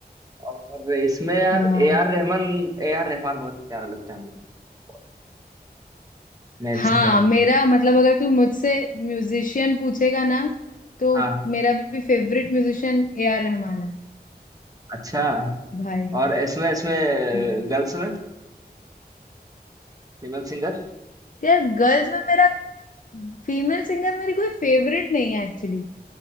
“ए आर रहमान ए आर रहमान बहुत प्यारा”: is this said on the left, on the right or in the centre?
Right